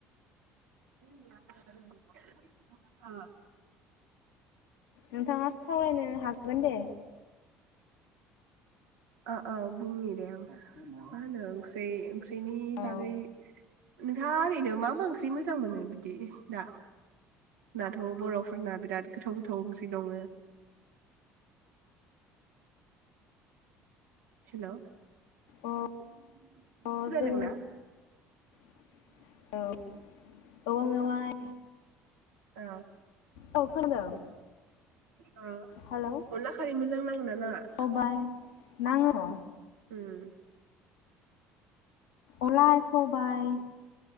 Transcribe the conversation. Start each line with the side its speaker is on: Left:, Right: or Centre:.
Right: <unintelligible> अ
Left: नोंथाङा सावरायनो हागोन दे।
Right: ओ ओ बुंनि दे आं मा होनो? ओंख्रै ओंख्रिनि
Left: औ
Right: बागै नोंथाङा ओरैनो नो मा मा ओंख्रि मोजां मोनो बिदि दा दाथ बरफोरना बिराद गोथाव गोथाव ओंख्रि दङ। हेल
Left: अ अ
Right: खोनादोंना
Left: जों <inaudible> औवा मेवाय
Right: ओ।
Left: औ खोनादों।
Right: हा अनला
Left: हेलौ
Right: खारै मोजां नाङोना नाङा?
Left: सबाय नाङो।
Right: उम
Left: अनला सबाय